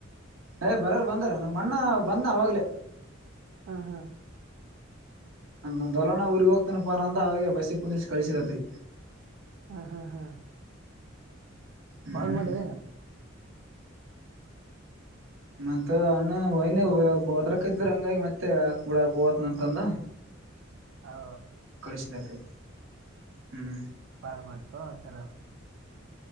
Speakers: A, on the right (about 75°); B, on the right (about 60°).
A: ಏ ಬರೋರ್ ಬಂದರ ನಮ್ಮ್ ಅಣ್ಣ ಬಂದ್ ಅವಗ್ಲೆ.
B: ಉಹು
A: ನಮ ದೊಲಣ್ಣ ಊರ್ಗ್ ಹೋಗ್ತನಪ್ಪ ಅಂದ ಅವೆ ಬಸಿ ಕುಂದ್ರಿ ಕಳಸಿದತಿ.
B: ಹ ಹಾ ಹಾ
A: ಹ್ಮ್
B: ಕಾಲ್ ಮಾಡಿದ ಎನ್
A: ಮತ್ತೆ ಅಣ್ಣನ ವೈನಿ ಹೋದ್ರಕ್ತ್ ಹಂಗಾಗಿ ಮತ್ತೆ ಹಾಕ್ಬ ಬಿಡ ಬೋದ್ನಂತಂದ.
B: ಹಾ
A: ಕಳಿಸಿದತೆ ಹ್ಮ್
B: ಪಾಳ ಮಾಡತು ಆಕರ.